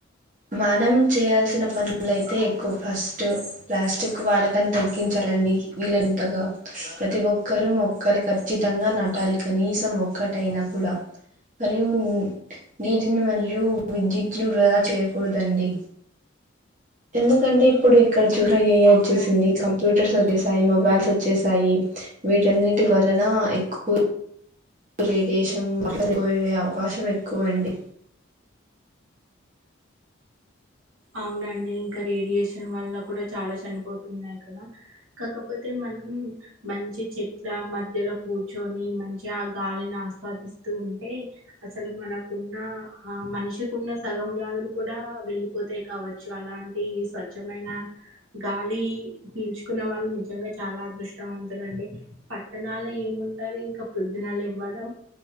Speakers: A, on the right; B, on the right.
A: మానం చేయాల్సిన పనులయితే ఎక్కువ ఫస్ట్ ప్లాస్టిక్ వాడకాన్ని తగ్గించా డి వీలంతగా ప్రతి ఒక్కరూ మొక్కలు ఖచ్చితంగా నటాలి కనీసం ఒక్క క్కటైన కూడా మరియు నీటిని మరియు విద్యుత్ను వృధా చే పోదండి ఎందుకంటే ఇప్పుడు ఎక్క ఇక్కడ చూడ ఏఐ వచ్చేసింది
B: అవునండి
A: కంప్యూటర్స్ వచ్చేసాయి మొబైల్స్ వచ్చేసాయి వీటన్నిటి వలన ఎక్కువ రేడియేషన్ పోయే అవకాశం ఎక్కువండి
B: అవునండి ఇంకా రేడియేషన్ వల్ల కూడా చాలా చనిపోతున్నాయి కదా కాకపోతే మ మనం మంచి చెట్ల మధ్యలో కూర్చొని మంచి ఆ గాలిని ఆస్వాదిస్తూ ఉ అంటే అసలు మనకున్న ఆ మనిషికున్న సగం వ్యాధులు కూడా వెళ్ళి పోతాయి కావచ్చు అలాంటి స్వచ్ఛమైన గాలి పీల్చుకున్న వాళ్ళు నిజంగా చాలా అదృష్టవంతులండి పట్టణాలు ఏముంటది ఇంకా ప్రొద్దున లేవడం